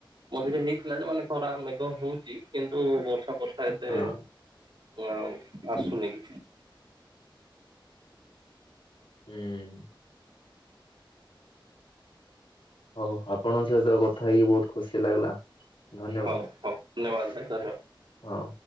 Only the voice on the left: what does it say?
ହଁ
ହୁଁ। ହଉ ଆପଣଙ୍କ ସହିତ କଥା ହେଇକି ବୋହୁତ ଖୁସି ଲାଗିଲା। ଧନ୍ୟବାଦ
ହଁ।